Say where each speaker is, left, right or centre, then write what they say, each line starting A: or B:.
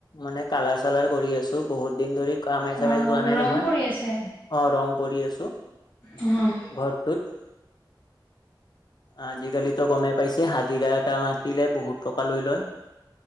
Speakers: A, on the left (about 60°); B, on the left (about 90°).
A: মানে, কালাৰ চালাৰ কৰি আছো! বহুত দিন ধৰি, কামে যোৱা
B: অ
A: নাই
B: ৰং
A: নহয়!
B: কৰি আছে
A: অঁ ৰং কৰি আছো!
B: অঁ
A: সতুত <unintelligible> আজি কালিতো গমেই পাইছে, হাজিৰা এটা মাতিলে বহুত টকা লৈ লয়! <inaudible>